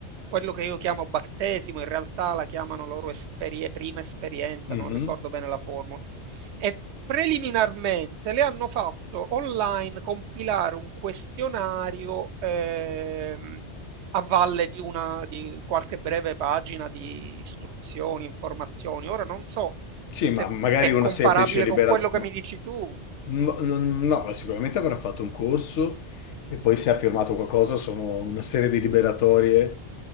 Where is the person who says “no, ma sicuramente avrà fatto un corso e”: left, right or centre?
Left